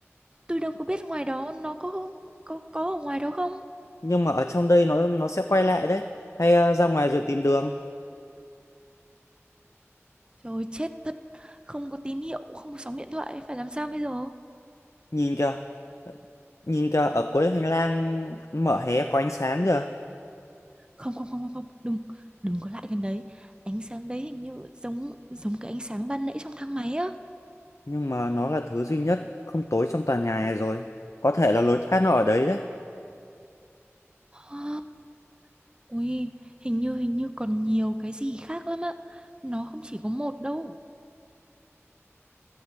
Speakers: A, on the right (about 20°); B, on the left (about 80°).
A: tôi đâu có biết ngoài đó nó có có có ở ngoài đó không
B: nhưng mà ở trong đây nó nó sẽ quay lại đấy hay ờ, ra ngoài rồi tìm đường
A: Trời ơi, chết thật, không có tín hiệu, không có sóng điện thoại, phải làm sao bây giờ?
B: nhìn kìa nhìn kìa ở cuối hành lang mở hé có ánh sáng kìa
A: Không không không không không, đừng, đừng có lại gần đấy. Ánh sáng đấy hình như giống giống cái ánh sáng ban nãy trong thang máy á.
B: nhưng mà nó là thứ duy nhất không tối trong tòa nhà này rồi có thể là lối thoát nó ở đấy đấy
A: Hả? Ui, hình như hình như còn nhiều cái gì khác lắm á. Nó không chỉ có một đâu.